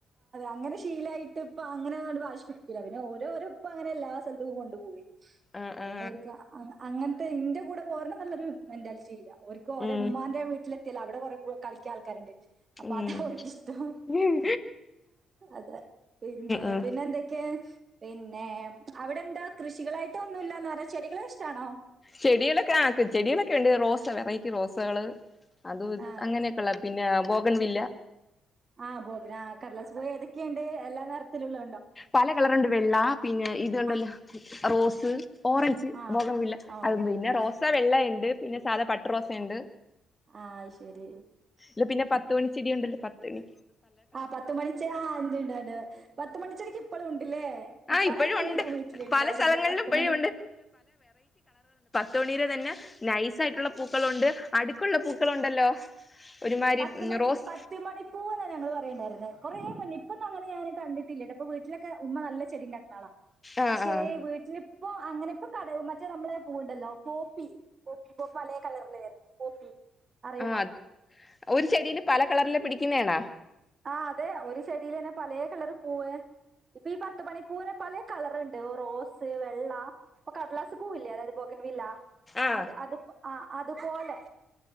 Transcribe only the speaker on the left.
ആ
ആ
ഉം
ഉം
ഉം
ഉം
ചെടിയിലൊക്കെ ആക് ചെടയിലൊക്കെ ഉണ്ട് റോസ വെറൈറ്റി റോസകള് അതു ഇത്
അങ്ങനെയൊക്കെള്ള പിന്നെഅ ബൊക് ൺ വില്ല
പല കളറുണ്ട് വെള്ള പിന്നെ ഇത്ണ്ടല്ലൊ
റോസ് സർ ഓറഞ്ച്
ബോഖൻ വില്ല
അത് പിന്നെ റോസ
വെള്ള ണ്ട് പിന്നെ സാധാ പട്ടറോസുണ്ട്
ലെ പിന്ന പത്തു
മണിച്ചെടിയുണ്ട് പത്ത്ന്
ആ
ഇപ്പോഴും
ഉണ്ട്
പല സ്ഥലങ്ങളിലും
ഇപ്പോഴും തുണിയില് തന്നെ നൈസായിട്ടുള്ള പൂക്കളുണ്ട് അടുക്കുള്ള പൂക്കളുണ്ടല്ലോ ഒരുമാതിരി
റോസ്
ആ
ആ
ആ ഒരു ചെടില് പല കളറില് പിടിക്കുന്നേണാ
ആഹ്